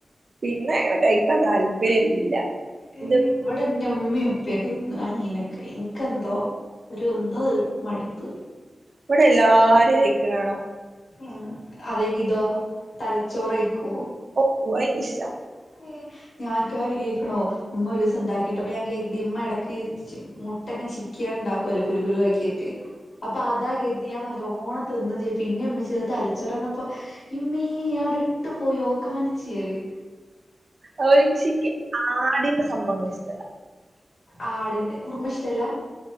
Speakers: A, on the right; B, on the left.
A: പിന്നെ അങ്ങനെ കഴിക്കാൻ താല്പര്യല്ല
B: ഏഹ്
A: ഇത്
B: ഇവടെ ഇന്റെ ഉമ്മീം ഉപ്പൊക്കെ തിന്നും അനീയനൊക്കെ ഇൻക്ക് എന്തോ ഒരു എന്തോ ഒരു മടുപ്പ്
A: ഇവടെ എല്ലാരും കഴിക്ണ് കാണാ
B: ഉം അതേ ഗിതോ തലച്ചോറ് കഴിക്കോ?
A: ഉ എനി‌ക്കിഷ്ടാ
B: <unintelligible> കേക്കണോ ഉമ്മ ഒരിസംണ്ടാക്കിട്ട് അപ്പ ഞാൻ കേര്തി ഉമ്മ എടക്ക് മുട്ടക്കെ ചിക്കിയാണ്ട് ഇണ്ടാക്കുല്ലോ കുരു കുരുവാക്കി അപ്പൊ അതാ കരുതി ഞാൻ നല്ലോണ്ണം തിന്നും ചെയ്ത് പിന്നെയാ ഉമ്മച്ചി അത് തലച്ചോറാന്നർഞ്ഞപ്പോ ഇമ്മെ ഞാൻ ഔടെ ഇട്ടു പോയി ഓക്കാനിച്ച് ഞാന്
A: അതുപോലെ ഇൻക്ക് ശരിക്ക് ആടിന്റെ സംഭവങ്ങള് ഇഷ്ടല്ല
B: ആടിന്റെ കുർമ ഇഷ്ടല്ല?